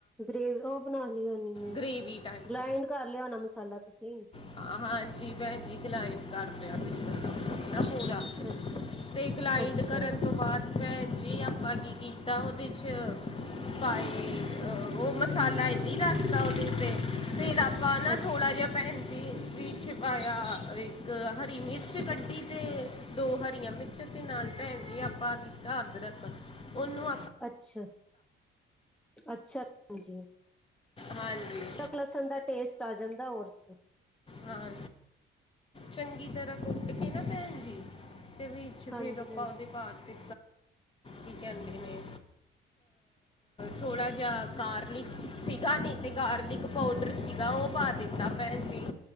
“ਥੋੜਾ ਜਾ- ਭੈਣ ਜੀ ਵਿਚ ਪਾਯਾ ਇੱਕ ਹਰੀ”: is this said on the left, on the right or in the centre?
Left